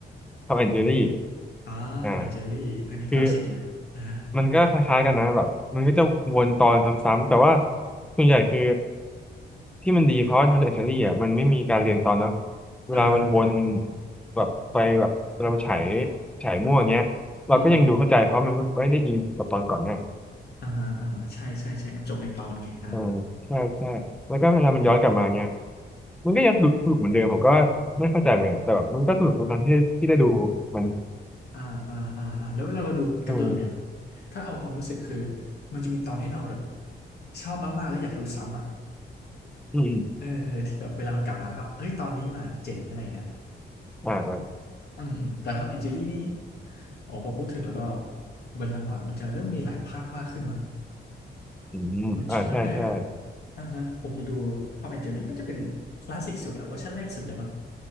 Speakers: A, in the centre; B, on the left.
A: ทอมแอนด์เจอรี่
B: อ่าทำไมเจอรี่อันนี้คลาสสิกนะอ่าฮะ
A: อ่าคือมันก็คล้ายๆกันนะแบบมันก็จะวนตอนซ้ำๆแต่ว่าส่วนใหญ่คือที่มันดีเพราะว่าทอมแอนด์เจอรี่อ่ะมันไม่มีการเรียงตอนเนาะเวลามันวน
B: อ่าฮะ
A: แบบไปแบบเวลามันฉายฉายมั่วอย่างเงี้ยเราก็ยังดูเข้าใจเพราะมันไม่ได้อินกับตอนก่อนเนี่ย
B: อืมอ่าฮะอ่าฮะใช่ใช่ใช่มันจบในตอนไงอันนั้นอะ
A: เออใช่ใช่แล้วก็เวลามันย้อนกลับมาเนี่ยมันก็ยังสนุกสนุกเหมือนเดิมผมก็ไม่เข้าใจเหมือนกันแต่แบบมันก็สนุกทุกครั้งที่ที่ได้ดูมัน
B: อ่าอ่าอ่าอ่าแล้วเวลาเราดูการ์ตูนแบบเนี้ย
A: เออ
B: ถ้าเอาความรู้สึกคือมันจะมีตอนที่เราแบบชอบมากๆแล้วอยากดูซ้ำอ่ะ
A: อืมอม
B: เออเออที่แบบเวลามันกลับมาแล้วก็เอ้ยตอนนี้มาเจ๋งอะไรเงี้ย
A: อ่าอ่า
B: อืมอืมแต่ทอมแอนเจลี่นี่โอ้พอพูดถึงแล้วก็เหมือนหลังๆมันจะเริ่มมีหลายภาคมากขึ้นมั้ง
A: อืมอ่าใช่ใช่
B: เหมือนช่วงแรกๆอ่ะอ่าฮะผมจะดูทอมแอนเจลี่น่าจะเป็นคลาสสิกสุดอะเวอร์ชันแรกสุดเลยมั้ง